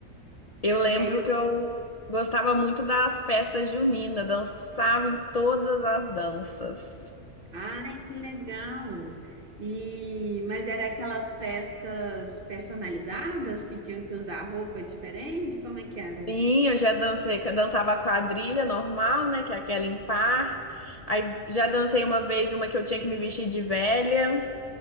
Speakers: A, on the left (about 40°); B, on the right (about 45°).
A: Eu lembro
B: E aí eu,
A: que eu gostava muito das festas juninas, dançava em todas as danças.
B: ai, que legal. E mas era aquelas festas personalizadas que tinham que usar roupa diferente, como é que era?
A: Sim, eu já dancei, que eu dançava quadrilha normal, né, que é aquela em par. Aí já dancei uma vez uma que eu tinha que me vestir de velha.